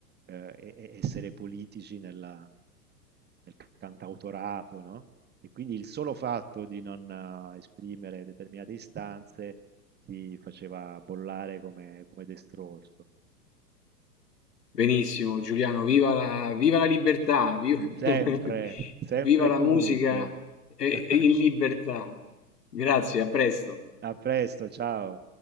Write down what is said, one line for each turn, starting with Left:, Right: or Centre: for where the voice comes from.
Right: eh, e- e- essere politici nella- nel cantautorato, no? E quindi il solo fatto di non eh, esprimere determinate istanze ti faceva bollare come, come destrorso.
Left: Benissimo Giuliano, viva la viva la libertà, viva,
Right: Sempre,
Left: <laughs>
Right: sempre
Left: viva la
Right: e comunque.
Left: musica, eh,
Right: <laughs>
Left: in libertà. Grazie, a presto.
Right: A presto, ciao.